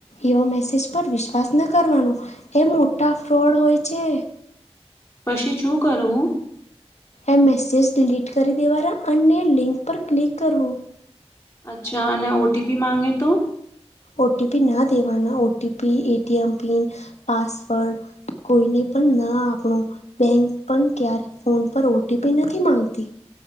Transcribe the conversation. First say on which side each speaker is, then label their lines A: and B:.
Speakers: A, on the left (about 85°); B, on the left (about 20°).
A: એવા મેસેજ પર વિશ્વાસ ન કરવાનો એ મોટા ફ્રોડ હોય છે.
B: પછી શું કરવું
A: એ મેસેજ ડિલીટ કરી દેવારા અન્ય લિંક પર ક્લિક કરવો
B: અચ્છા અને ઓ ટી પી માગે તો
A: ઓ ટી પી ના દેવાના O T P ATM pin password કોઈને પણ ના આપણો બેંક પણ ક્યારે ફોન પર ઓટીપી નથી માંગતી